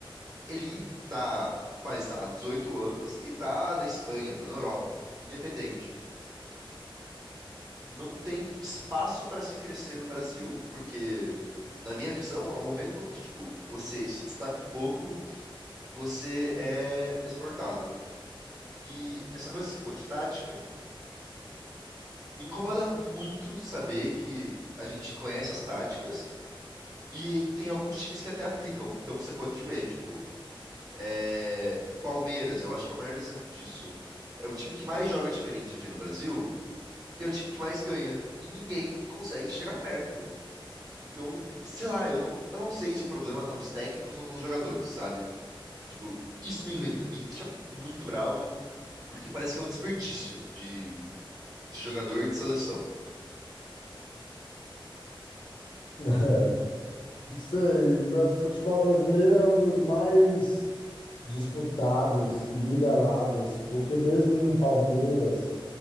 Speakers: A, on the right; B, on the left.
A: ele dá, faz, sei lá, 18 anos e tá na Espanha, tá na Europa, independente. Não tem espaço para se crescer no Brasil, porque na minha visão, ao momento onde, tipo, você se destaca um pouco, você é exportado. E essa coisa que você falou de tática Me incomoda muito saber que a gente conhece as táticas e tem alguns times que até aplicam. Então você pode ver, tipo, é, o Palmeiras, eu acho que é o maior exemplo disso. É o time que mais joga diferente aqui no Brasil e é o time que mais ganha. E ninguém consegue chegar perto. Então, sei lá, eu não, eu não sei se o problema tá nos técnicos ou nos jogadores, sabe? Tipo, isso me irrita, me deixa muito bravo, porque parece que é um desperdício de, de jogador e de seleção.
B: <laughs> Não sei, o bras- futebol brasileiro é um dos mais disputados, nivelados, porque mesmo um Palmeiras,